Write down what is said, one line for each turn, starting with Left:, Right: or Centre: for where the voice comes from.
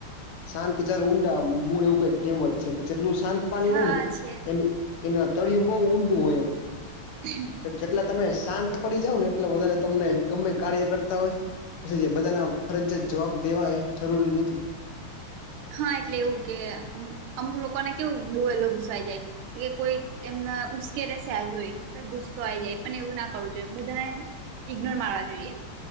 Left: શાંત જયારે ઊંડા મૂળ એવું કઈ કહેવત છે કે જેટલું શાંત પાની
Right: હા
Left: હોય ને,
Right: છે
Left: એ એના તળિયું બહુ ઊંડું હોય એમ.
Right: હમ.
Left: જેટલા તમે શાંત પડી જાવ ને, એટલે વધારે તમને. ગમે કાર્ય કરતા હોય તો, બધા ના ફરજત જવાબ દેવા એ જરૂરી નથી.
Right: હા, એટલે એવું કેમ અમુક લોકોને કેવું બોવેલો ઘુસાઈ જાય. કે કોઈ એમના ઉશ્કેર છે, આ જોઈ. ઈ ગુસ્સો આઈ જાય, પણ એવું ના કરવું જોઈએ, બધાને ઈગ્નોર માવા જોઈએ.